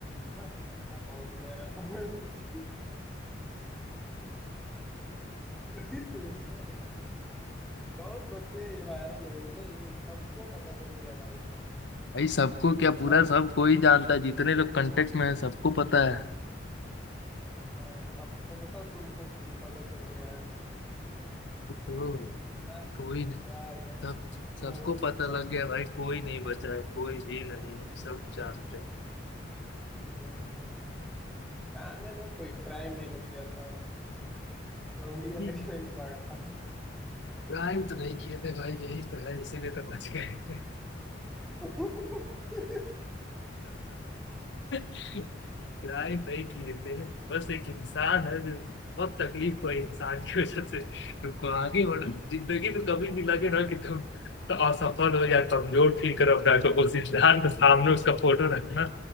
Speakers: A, in the centre; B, on the left.
A: हाँ, कहाँ पहुंच गया रहता <laughs> दोस्तों बहुत बतिया ये वायरल हो गई ना ये सबको पता चल गया भाई
B: भाई सबको क्या
A: बता
B: पूरा सब कोई जानता है जितने लोग कांटेक्ट में है सबको पता है
A: भाई ना सबको बता तुमको भी पता चल गया है
B: वही तो
A: हाँ,
B: कोई नहीं
A: यार
B: सब सबको
A: वो सब
B: पता
A: जाने
B: लग गया भाई कोई नहीं बचा है कोई भी नहीं सब जानते हैं
A: हम्म, जाने तो कोई क्राइम नहीं ना किया था लौंडिया
B: हम्म।
A: लेके नहीं ना भागा था
B: क्राइम तो नहीं किए थे भाई यही तो है इसीलिए तो बच गए
A: <laughs>
B: <laughs> किराए पे ही किए थे बस एक इंसान है जो बहुत तकलीफ हुई इंसान की वजह से तुमको आगे बढ़ जिंदगी में कभी भी लगे ना कि तुम तो असफल हो
A: और
B: या कमजोर फील करो अपना को उस इंसान के सामने उसका फोटो रखना